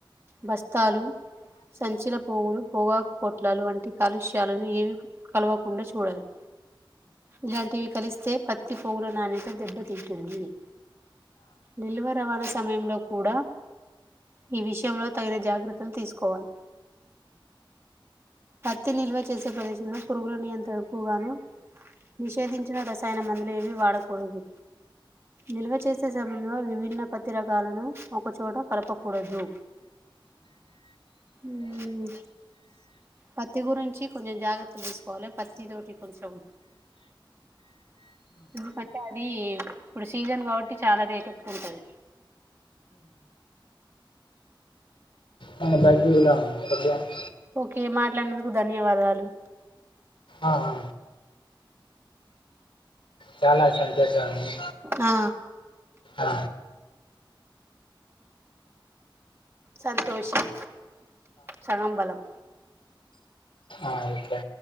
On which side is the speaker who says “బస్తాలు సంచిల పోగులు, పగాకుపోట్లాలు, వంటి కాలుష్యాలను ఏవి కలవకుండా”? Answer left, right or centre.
Right